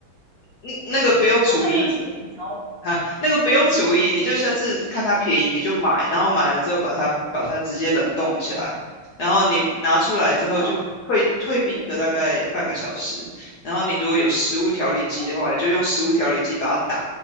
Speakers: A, on the left; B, on the right.
A: 嗯，那个不用厨艺，
B: 对，我下次要请你教我。
A: <laughs> 哈，那个不用厨艺，
B: 哎，不，真的吗？
A: 你就下次看它便宜你就买，然后买了之后把它把它直接冷冻起来，
B: 哦，
A: 然后你拿出来之后就退退冰个大概半个小时，
B: 嗯，
A: 然后你如果有食物调理机的话，
B: 哦，
A: 你就用食物调理机把它打，